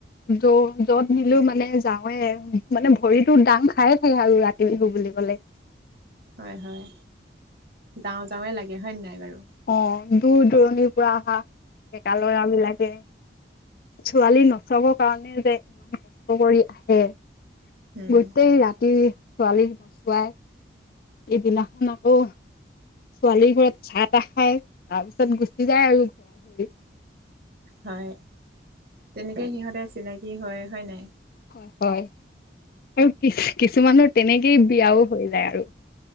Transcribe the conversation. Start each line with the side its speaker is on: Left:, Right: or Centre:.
Left: য য'ত নিলেও মানে যাওঁৱে। মানে ভৰিতো দাং খাই থাকে আৰু ৰা বিহু বুলি ক'লে।
Right: হয়, হয়। যাওঁ যাওঁৱে লাগে হয় নাই বাৰু?
Left: অ' দূৰ দূৰণিৰ পৰা অহা, ডেকা ল'ৰা বিলাকে। ছোৱালী নচোৱাব কাৰণে যে ইমান কষ্ট কৰি আহে।
Right: উম
Left: গোটেই ৰাতি ছোৱালী নচোৱাই, ইদিনাখন আকৌ ছোৱালীৰ ঘৰত চাহ তাহ খাই। তাৰ পিছত গুচি যায় আৰু। ঘৰি
Right: হয়। তেনেকে সিহঁতে চিনাকি হয়, হয় নাই?
Left: হয়। আৰু কি কিছুমানৰ তেনেকেই বিয়াও হৈ যায় আৰু।